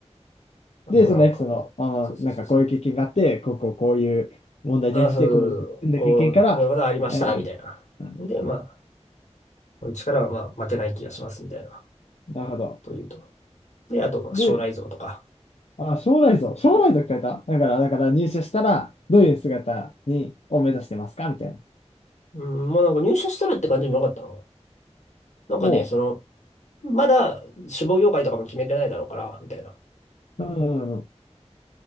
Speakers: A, on the left; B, on the left.
A: あとなんか、
B: で、そのエピソード、
A: うんそうそうそうそう。
B: あーなんかこういう経験があって、こうこうこういう問題に対して、
A: あ、そう、
B: こうこう組んだ経験から、
A: こう、こういうことありましたみたいな。
B: うん、うん、
A: で、まあ、この力はまあ負けない気がしますみたいな、
B: なるほど。
A: というと。で、あとまあ将来像とか。
B: で、あー、将来像、将来像聞かれただから、だから入社したら、どういう姿に、を目指してますかみたいな。
A: うん、もうなんか入社したらって感じもなかったのなんかね、
B: を
A: その、まだ志望業界とかも決めてないだろうから、みたいな。
B: うん。